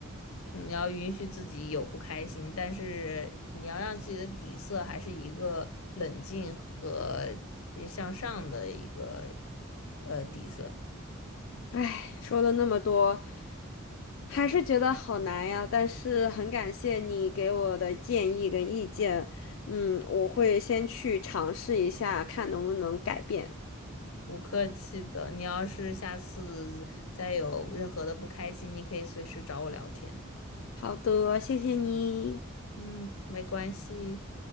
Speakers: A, on the left; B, on the left.
A: 你要允许自己有不开心，但是你要让自己的底色还是一个冷静和呃向上的一个呃底色。
B: 唉，说了那么多，还是觉得好难呀，但是很感谢你给我的建议跟意见，嗯，我会先去尝试一下，看能不能改变。
A: 不客气的，你要是下次再有任何的不开心，你可以随时找我聊天。
B: 好的，谢谢你。
A: 嗯，没关系。